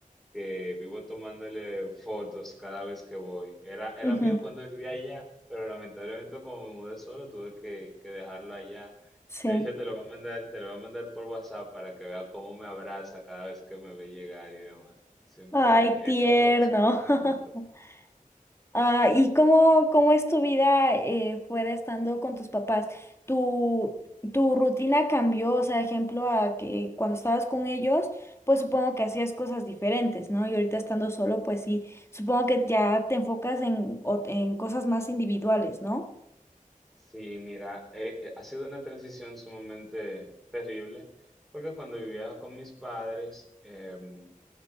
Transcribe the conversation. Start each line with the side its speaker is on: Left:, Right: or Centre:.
Centre: que vivo tomándole fotos cada vez que voy. Era, era
Left: Ujú,
Centre: mío cuando vivía allá, pero lamentablemente como me mudé solo tuve que, que dejarlo allá.
Left: Sí.
Centre: De hecho, te lo voy a mandar, te lo voy a mandar por WhatsApp para que vea cómo me abraza cada vez que me ve llegar y demás. Siempre
Left: Ay, tierno.
Centre: es algo súper bonito.
Left: <laughs> Ah, ¿y cómo, cómo es tu vida eh, fuera estando con tus papás? ¿Tu, tu rutina cambió? O sea, ejemplo, a que cuando estabas con ellos, pues supongo que hacías cosas diferentes, ¿no? Y ahorita estando solo, pues sí, supongo que ya te enfocas en, o- en cosas más individuales, ¿no?
Centre: Sí, mira, eh, eh, ha sido una transición sumamente terrible, porque cuando vivía con mis padres, em,